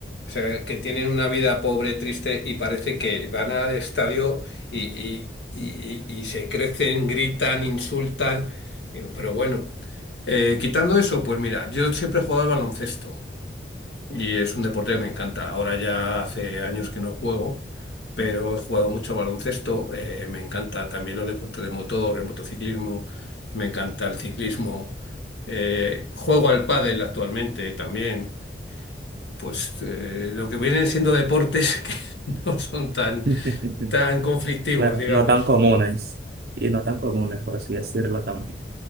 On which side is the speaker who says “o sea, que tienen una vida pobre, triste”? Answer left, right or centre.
Left